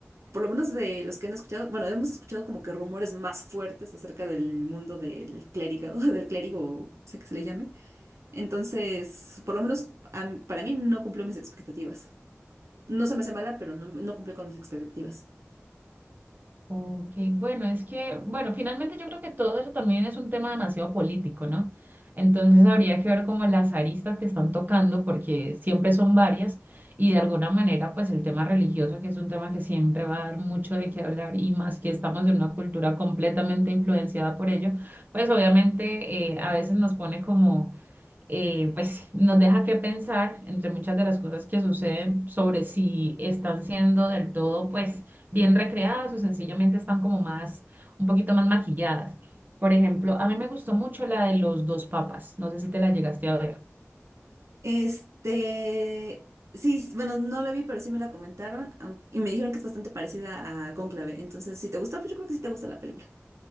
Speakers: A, on the right; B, on the right.
A: por lo menos de los que han escuchado, bueno, hemos escuchado como que rumores más fuertes acerca del mundo del clérigo, <laughs> del clérigo, o sea que se le llame. Entonces, por lo menos a- para mí no cumplió mis expectativas. No se me hace mala, pero no, no cumplió con mis expectativas.
B: Ok, bueno, es que, bueno, finalmente yo creo que todo eso también es un tema demasiado político, ¿no? Entonces habría que ver como las aristas que están tocando, porque siempre son varias, y de alguna manera, pues el tema religioso, que es un tema que siempre va a dar mucho de qué hablar, y más que estamos en una cultura completamente influenciada por ello, pues obviamente eh, a veces nos pone como eh, pues nos deja que pensar entre muchas de las cosas que suceden sobre si están siendo del todo pues bien recreadas o sencillamente están como más, un poquito más maquilladas. Por ejemplo, a mí me gustó mucho la de los dos papas, no sé si te la llegaste a ver.
A: Este, sí, bueno, no la vi, pero sí me la comentaron aun- y me dijeron que es bastante parecida a Cónclave. Entonces, si te gustó, pues yo creo que sí te gusta la película.